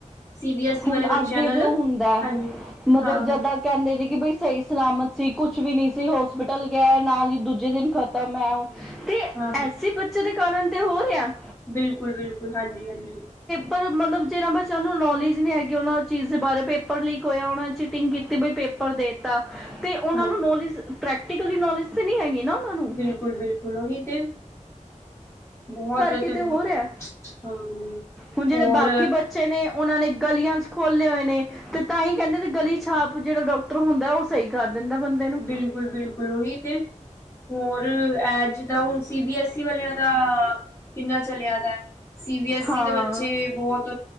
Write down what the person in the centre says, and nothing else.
ਹੁਣ
ਅੱਗੇ
ਜੋ ਹੁੰਦਾ
ਮਤਲਬ
ਜਾ
ਤਾ ਕਹਿੰਦੇ ਨੇ ਕਿ ਬਈ। ਸਹੀ ਸਲਾਮਤ ਸੀ ਕੁਛ ਵੀ ਨਹੀਂ ਸੀ ਹੋਸਪਿਟਲ ਗਿਆ ਨਾਲ ਹੀ ਦੂਜੇ ਦਿਨ ਖ਼ਤਮ ਹੈ ਉਹ। ਤੇ
ਐਸੀੇ ਬੱਚੇ ਦੇ। ਕਰਨ ਤੇ ਹੋ ਰਿਹਾ ਹੈ।
ਪਰ ਮਤਲਬ ਜਿਹਨਾਂ ਬੱਚਿਆਂ ਨੂੰ ਨੌਲੇਜ ਨਹੀਂ ਹੈਗੀ ਉਹਨਾਂ ਚੀਜ਼ ਦੇ ਬਾਰੇ ਪੇਪਰ ਲੀਕ ਹੋਇਆ ਉਹਨਾਂ ਨੇ ਚੀਟਿੰਗ ਕੀਤੀ ਬਈ ਪੇਪਰ ਦੇਤਾ। ਤੇ ਉਹਨਾਂ
ਨੂੰ ਨੌਲੇਜ। ਪ੍ਰੈਕਟੀਕਲੀ ਨੌਲੇਜ ਤੇ ਨਹੀਂ ਹੈਗੀ। ਨਾ ਉਹਨਾਂ ਨੂੰ
ਕਿਤੇ
ਹੋ ਰਿਹਾ
ਹੁਣ ਜਿਹੜੇ
ਬਾਕੀ ਬੱਚੇ ਨੇ ਉਹਨਾਂ ਨੇ ਗਲੀਆਂ ਚ ਖੋਲੇ ਹੋਏ ਨੇ। ਨੇ ਤੇ ਤਾਂ ਹੀ ਕਹਿੰਦੇ ਗਲੀ ਛਾਪ ਜਿਹੜਾ ਡਾਕਟਰ ਹੁੰਦਾ ਉਹ ਸਹੀ ਕਰ। ਦਿੰਦਾ ਬੰਦੇ ਨੂੰ
ਹਾਂ